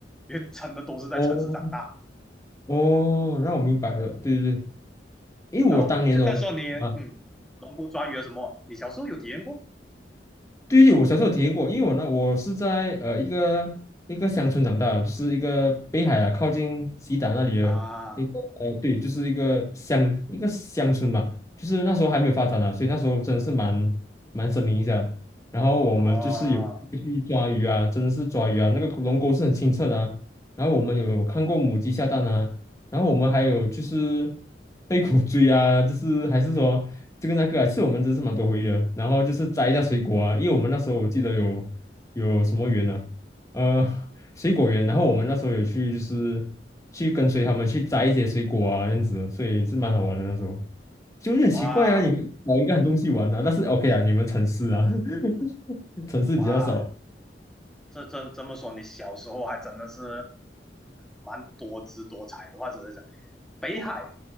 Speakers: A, in the centre; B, on the left.
A: 因为真的都是在城市长大。
B: 哦哦，那我明白了，对对对，因为我当年哦。
A: 然后就再说你，
B: 啊。
A: 嗯，龙骨抓鱼啊什么，你小时候有体验过
B: 对对，我小时候有体验过，因为我呢，我是在呃一个一个乡村长大的就是一个北海啊，靠近西达那里的一个呃，
A: 啊？
B: 对，就是一个乡一个乡村吧，就是那时候还没有发展啊，所以那时候真的是蛮蛮森林一下。然后我们就是有去抓鱼啊，
A: 哦，
B: 真的是抓鱼啊，那个龙沟是很清澈的啊。然后我们有看过母鸡下蛋啊，然后我们还有就是 <laughs> 被狗追啊，就是还是说这个那个啊，其实我们真是蛮多回忆的。然后就是摘一下水果啊，因为我们那时候我记得有有什么园啊，呃，<laughs> 水果园。然后我们那时候有去就是去跟随他们去摘一些水果啊，这样子，所以是蛮好玩的那时候。就有点奇怪啊，
A: 哇
B: 你们找一个很东西玩啊，但是 OK 啊，你们城市啊，<laughs> 城市比较少。
A: 哇，这这这么说，你小时候还真的是蛮多姿多彩的，或者是讲北海，